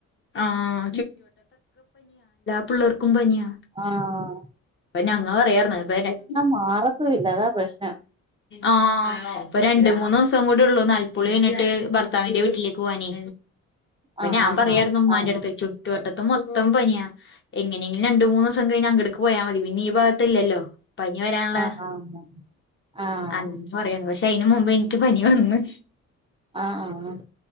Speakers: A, on the left (about 40°); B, on the right (about 20°).
A: ആഹ് പിള്ളർക്കും പനിയാണ്
B: ആഹ
A: പിന്നെങ്ങ പറയാന്ന
B: മാറത്തും ഇല്ല അതാ പ്രശ്നം
A: ആഹ രണ്ട മൂന്ന് ദിവസം കൂടെള്ളൂ നാൽപ്പുളിഴഞ്ഞിട്ട് ഭർത്താവിന്റെ വീട്ടിലേക്ക് പോകവാനേ പിന്നെ
B: ആഹ്
A: ഞൻ
B: ആഹ്
A: പറയമായിായിരുന്നുമാൻന്റെ
B: ആഹ്
A: അടുത്ത് ചുറ്റുുവട്ട മത്തം മൊത്തം പനിയ എങ്ങനെങ്കിലും രണ്ടു മൂന്ന ദിവസം കഴിഞ്ഞ അടക്ക് പോയാ മതി പിന്നെ ഈ ഭാഗത്തല്ലല്ലോ പനി വരാനുള്ള
B: ആഹ് ആഹ് ആഹ്
A: അങ്ങ പറയാന്ന് പക്ഷ ചൈന് മുമ്പ് എനിക്ക് പനി വന്നു
B: ആഹ ആഹ